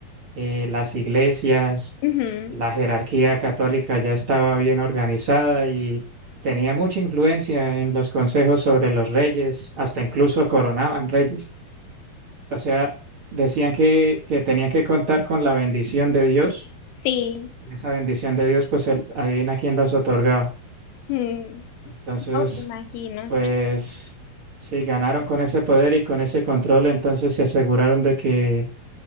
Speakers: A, on the right; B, on the left.
A: eh, las iglesias,
B: Ujú.
A: la jerarquía católica ya estaba bien organizada y... Tenía mucha influencia en los consejos sobre los reyes, hasta incluso coronaban reyes. O sea, decían que, que tenían que contar con la bendición de Dios.
B: Sí.
A: Y esa bendición de Dios, pues él, adivina quién las otorgaba.
B: Ujú.
A: Entonces,
B: No me imagino,
A: pues
B: sí.
A: si ganaron con ese poder y con ese control, entonces se aseguraron de que,